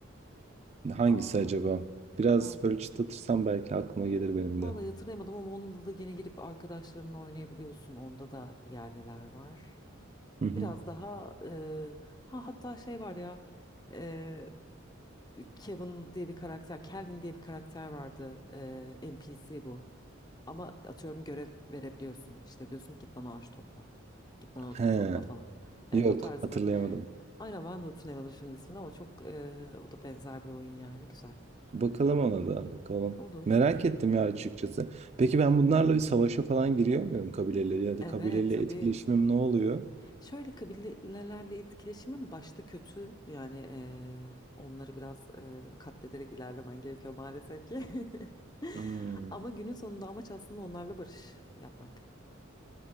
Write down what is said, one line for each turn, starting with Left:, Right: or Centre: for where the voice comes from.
Right: Hangisi
Left: Ah,
Right: acaba? Biraz
Left: vallahi,
Right: böyle çıtlatırsam belki aklıma gelir benim
Left: vallahi
Right: de.
Left: hatırlayamadım ama onda da yine girip arkadaşlarınla oynayabiliyorsun. Onda da yerliler var.
Right: Hı hı.
Left: Biraz daha e, ha hatta şey var ya e, Kevin diye bir karakter, Kelvin diye bir karakter vardı. E, NPC bu. Ama atıyorum görev verebiliyorsun. İşte diyorsun git bana ağaç topla. Git bana odun
Right: He,
Left: topla falan. Evet
Right: yok
Left: o tarz
Right: hatırlayamadım.
Left: bir. Aynen ben de hatırlayamadım şimdi ismini ama çok e, o da benzer bir oyun yani güzel.
Right: Bakalım ona da bakalım.
Left: Olur.
Right: Merak ettim ya açıkçası. Peki ben bunlarla bir savaşa falan giriyor muyum kabileyle ya da
Left: Evet
Right: kabileyle
Left: tabii.
Right: etkileşimim ne oluyor?
Left: Şöyle kabilelerle etkileşimin başta kötü yani eee, onları biraz eee, katlederek ilerlemen gerekiyor maalesef ki. <laughs>
Right: Hmm,
Left: Ama günün sonunda amaç aslında onlarla barış yapmak.